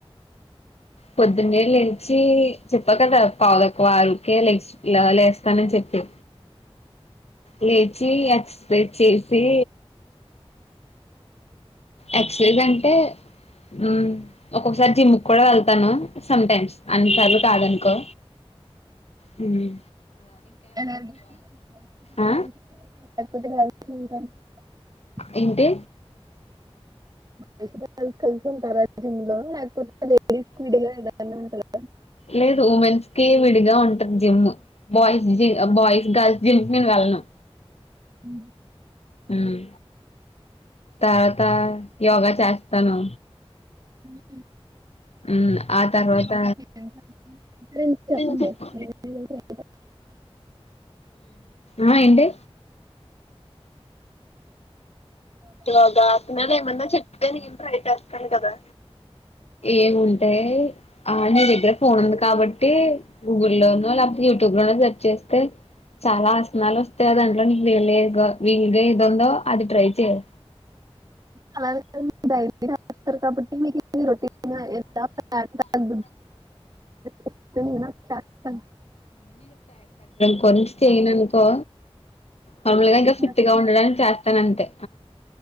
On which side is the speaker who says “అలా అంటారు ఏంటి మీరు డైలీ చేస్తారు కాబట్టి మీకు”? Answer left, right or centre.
Right